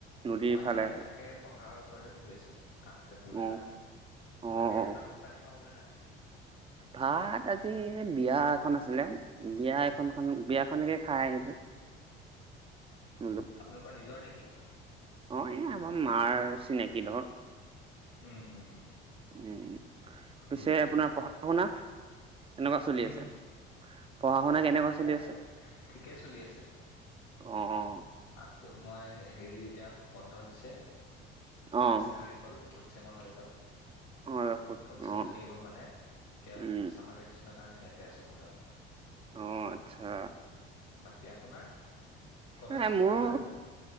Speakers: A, on the right; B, on the left.
A: নদীৰ
B: মই।
A: ফালে
B: সেই তাকে পথাৰৰ ওচৰতে বহি আছো কাষতে পুল
A: অ',
B: এটাত।
A: অ',
B: বাকী আপোনাৰ ভাত পানী খোৱা হ'ল নে নাই।
A: ভাত আজি বিয়া এখন আছিলে। বিয়া এখন খন বিয়াখনকে খাই আহিলো বোলো
B: আপোনালোকৰ নিজৰ নেকি।
A: অ এই আমাৰ মাৰ চিনাকি ধৰ।
B: উম, উম, উম।
A: উম পিছে
B: বুজিছো
A: আপোনাৰ
B: হয়।
A: পঢ়া শুনা সেনেকোৱা চলি
B: উম,
A: আছে। পঢ়া শুনা কেনেকুৱা
B: আছে
A: চলি
B: আছে ঠিকেই চলি আছে
A: অ',
B: আছে। ত মই হেৰি এতিয়া বন্ধ দিছে ছেমিষ্টাৰ
A: অ',
B: হেৰি হ'ল চেমত হয় এইবাৰ
A: অ অ',
B: ফ'ৰ্থ চেমটো শেষ হ'ল মানে এতিয়া
A: উম
B: ছামাৰ ভেকেশ্যনত মানে ইয়াতে আছো ঘৰত,
A: অ আচ্ছা
B: বাকী আপোনাৰ? কলেজ
A: নাই মোৰো
B: আপোনাৰ